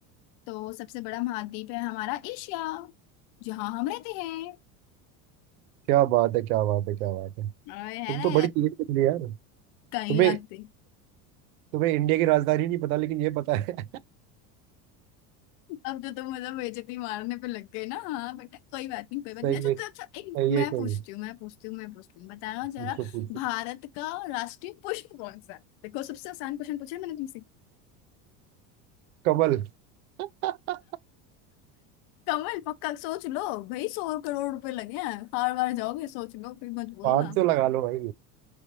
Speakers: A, on the left; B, on the right.
A: तो सबसे बड़ा महाद्वीप है हमारा एशिया जहाँ हम रहते हैं
B: क्या बात है क्या बात है क्या बात है
A: और है
B: तुम
A: ना
B: तो बड़ी तेज निकली यार
A: कहीं
B: तुम्हें
A: ना कहीं।
B: तुम्हें इंडिया की राजधानी नहीं पता लेकिन ये पता है <laughs>
A: अब तो तुम मतलब बेइज्जती मारने पे लग गए ना हाँ बेटा कोई बात नहीं कोई बात
B: सही
A: नहीं अच्छा
B: में सही
A: तो अच्छा एक मैं
B: है सही
A: पूछती
B: है।
A: हूँ मैं पूछती हूँ मैं पूछती हूँ बताना जरा
B: पूछो पूछो
A: भारत का राष्ट्रीय पुष्प कौन सा है देखो सबसे आसान क्वेश्चन पूछा है मैंने तुमसे
B: कमल <laughs>
A: कमल पक्का सोच लो भाई सौ करोड़ रुपए लगे हैं हार बार जाओगे सोच लो फिर मत बोलना
B: पाँच सौ लगा लो भाई